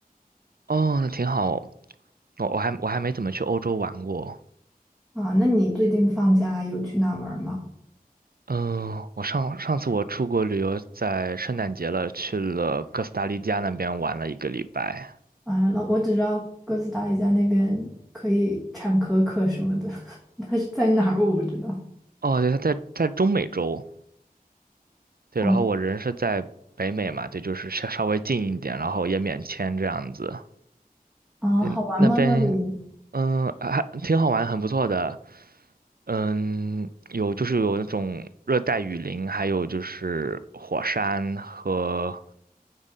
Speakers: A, on the right; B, in the centre.
A: 哦，那挺好。我我还我还没怎么去欧洲玩过。
B: 啊，那你最近放假有去哪玩吗？
A: 嗯，我上上次我出国旅游在圣诞节了，去了哥斯达黎加那边玩了一个礼拜。
B: 啊，那我只知道哥斯达黎加那边可以产可可什么的，<laughs> 它是在哪儿我不知道。
A: 哦，对，他在在中美洲。对，
B: 哦，
A: 然后我人是在北美嘛，对，就是稍稍微近一点，然后也免签这样子。
B: 啊，
A: 对，
B: 好玩吗？
A: 那边，
B: 那里？
A: 嗯，还挺好玩，很不错的。嗯，有就是有那种热带雨林，还有就是火山和，